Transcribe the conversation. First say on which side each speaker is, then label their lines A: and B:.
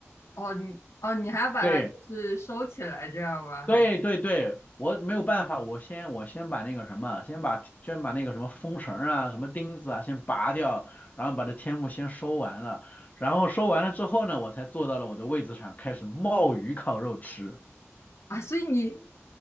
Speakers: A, on the left (about 80°); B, on the left (about 35°).
A: 哦，你哦，你还要把它就是收起来这样吗？
B: 对，
A: 还是
B: 对对对，我没有办法，我先我先把那个什么，先把先把那个什么风绳儿啊、什么钉子啊先拔掉，然后把这天幕先收完了，然后收完了之后呢，我才坐到了我的位置上，开始冒雨烤肉吃。
A: 啊？所以你